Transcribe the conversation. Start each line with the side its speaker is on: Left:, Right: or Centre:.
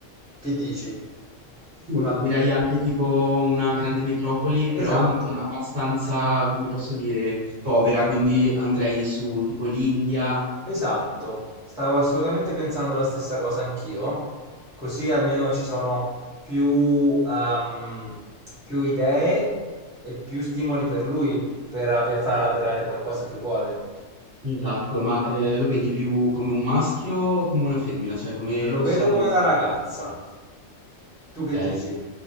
Centre: Che dici?
Right: Sì,
Centre: Una...
Right: direi anche tipo una grande metropoli,
Centre: Esatto.
Right: però m- m- abbastanza, come posso dire, povera, quindi andrei su tipo l'India.
Centre: Esatto, stavo assolutamente pensando la stessa cosa anch'io, così almeno ci sono più, ehm, più idee e più stimoli per lui per ave- far avverare qualcosa che vuole.
Right: Esatto, ma eh, lo vedi più come un maschio o come una femmina? Cioè come
Centre: Lo
Right: possiamo...
Centre: vedo come una ragazza. Tu che
Right: Ok,
Centre: dici?